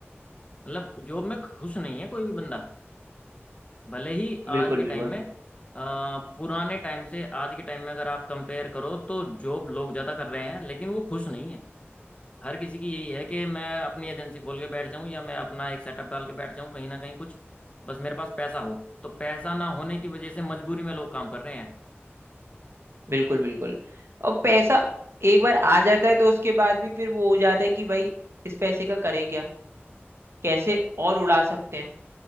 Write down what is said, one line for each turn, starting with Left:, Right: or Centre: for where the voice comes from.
Left: मतलब जॉब में खुश नहीं है कोई भी बंदा भले ही आज
Right: बिल्कुल
Left: के
Right: बिल्कुल
Left: टाइम में अ, पुराने टाइम से आज के टाइम में अगर आप कंपेयर करो तो जॉब लोग ज़्यादा कर रहे हैं लेकिन वो खुश नहीं है हर किसी की यही है कि मैं अपनी एजेंसी खोल के बैठ जाऊं या मैं अपना एक सेटअप डाल के बैठ जाऊं कहीं ना कहीं कुछ बस मेरे पास पैसा हो तो पैसा ना होने की वजह से मजबूरी में लोग काम कर रहे हैं
Right: बिल्कुल बिल्कुल और पैसा एक बार आ जाता है तो उसके बाद भी फिर वो हो जाता है कि भाई इस पैसे का करें क्या कैसे और उड़ा सकते हैं